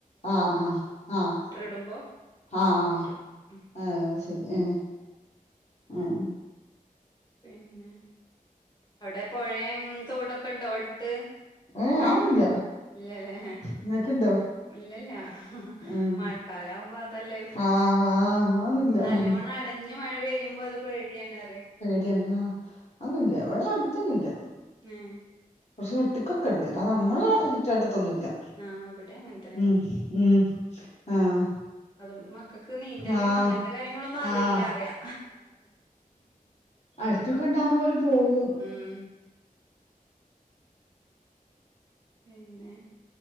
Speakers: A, on the left; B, on the left.
A: ആഹ് ആഹ് ആഹ്
B: ഇടുമ്പോ അങ്ങനെ
A: ആഹ് ആഹ്
B: പോയിട്ടെടുക്കും ഉം
A: ആയ് ശരി ഏഹ്
B: പിന്നെ അവിടെ പുഴേം തോടൊക്കെ ഉണ്ടോ എടുത്ത്
A: ഏഹ്
B: മഴക്കെ
A: അതൊന്നുല്ല
B: ഇല്ലല്ലേ
A: ഇങ്ങക്ക്ണ്ടോ
B: ഇല്ലല്ല
A: ഉം
B: മഴക്കാലാവുമ്പോ ല്ലേ
A: ആഹ് ആഹ് അതൊന്നുല്ല
B: നല്ലോണം അടഞ്ഞ് മഴ പെയ്യുമ്പോ അത് പേടിയാണ് പറിം
A: ടിയാണ് ഹാ അന്നും ഇല്ല ഇവെടെ അടുത്തൊന്നുല്ല
B: ഉം
A: കൊറച്ച് വിട്ട്ക്കോ ക്കണ്ട്. പിന്നെ നമ്മളെ ചുറ്റുവട്ടത്തൊന്നും ഇല്ല്യ.
B: ആഹ് ഇവിടെ അങ്ങനെ തന്നെ
A: ഉം ഉം ആഹ്
B: അതോണ്ട് മ ക്കക്ക് നീന്തലും
A: ആഹ്
B: അങ്ങനത്തെ കാര്യങ്ങളൊന്നും അറീലാറ്യാ.
A: ആഹ് അട്ത്തൊക്കെ ഇണ്ടാവുമ്പൊ ഓല് പോവും.
B: ഉം പിന്നെ